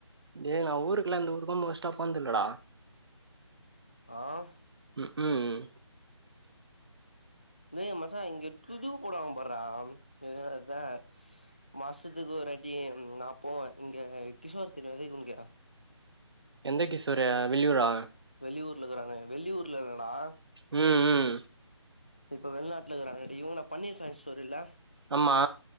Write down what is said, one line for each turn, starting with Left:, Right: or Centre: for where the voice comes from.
Right: டே நா ஊருக்குல்ல எந்த ஊருக்கு நா மோஸ்ட்டா ஆ போனது இல்லடா
Left: ஆவ்
Right: ம்ம்
Left: டே மச்சா இங்க துது போடுவாங்க பார்மா இத அத மாசத்துக்கு ஒருவாட்டி நா போவே இங்க கிஷோர் கினி தெரியுல உன்க்கு
Right: எந்த கிஷோரு வெளியூரா
Left: வெளியூர்ல இருக்குறானே வெளியூர்ல இல்லடா
Right: ம் ம்
Left: இப்ப வெள்நாட்ல இருக்குறானே இவுங்க பன்னீர் <unintelligible> ஸ்டோர் இல்ல
Right: ஆமா